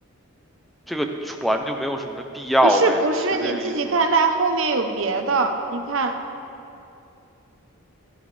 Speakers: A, in the centre; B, on the right.
A: 这个船就没有什么必要呗，
B: 不是不是你自己看，
A: 是这个意思吗？
B: 他后面有别的，你看